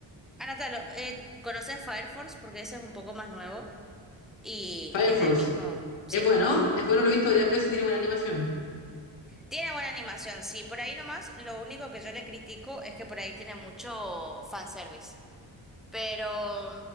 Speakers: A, in the centre; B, on the left (about 90°).
A: anótalo. Eh, ¿conoces Fire Force? Porque ese es un poco más nuevo y
B: Fire
A: es
B: Force.
A: del mismo. Sí.
B: Es bueno, es bueno, lo he visto varias veces y tiene buena animación.
A: Tiene buena animación, sí. Por ahí nomás, lo único que yo le critico es que por ahí tiene mucho fanservice. Pero